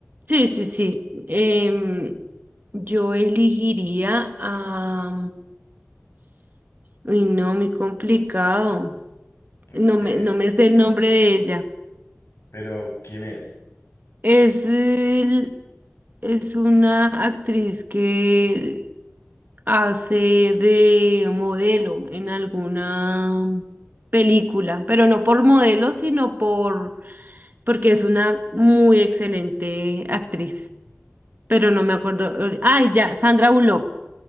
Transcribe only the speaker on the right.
Sí, sí, sí. Em, yo elegiría a... Uy, no, muy complicado.
No me, no me sé el nombre de ella.
Es, el- es una actriz que hace de modelo en alguna película, pero no por modelo, sino por porque es una muy excelente actriz. Pero no me acuerdo. ahor- Ay, ya, Sandra Bullock,